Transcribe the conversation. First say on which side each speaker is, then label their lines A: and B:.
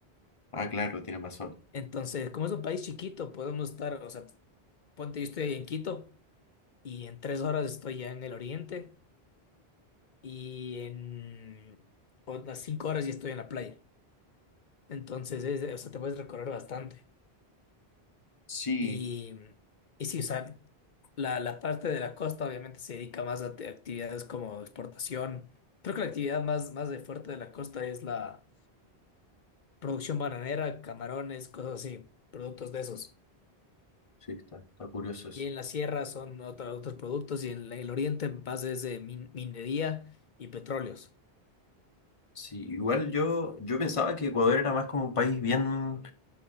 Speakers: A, on the left; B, on the left.
A: ah, claro, tiene razón.
B: Entonces, como es un país chiquito, podemos estar, o sea, ponte, yo estoy en Quito y en tres horas estoy ya en el oriente y en otras cinco horas ya estoy en la playa. Entonces, es- o sea, te puedes recorrer bastante.
A: Sí.
B: Y, y sí, o sea, la, la parte de la costa obviamente se dedica más a te- actividades como exportación. Creo que la actividad más, más de fuerte de la costa es la producción bananera, camarones, cosas así, productos de esos.
A: Sí, está, está curioso eso.
B: Y en la sierra son otra- otros productos y en la- el oriente más es de min- minería y petróleos.
A: Sí, igual yo, yo pensaba que Ecuador era más como un país bien,